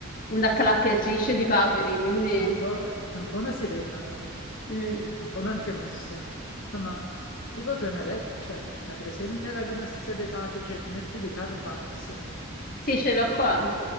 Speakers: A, on the left; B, on the left.
A: una accalappiatrice di paperi, quindi
B: ma è un po', è un po' una sirena,
A: mm,
B: è un po' un'antemossa. No, ma tipo tu hai mai letto, cioè, hai presente la dinastia dei papi, cioè i fumetti di Karl Barks?
A: sì, ce l'ho qua.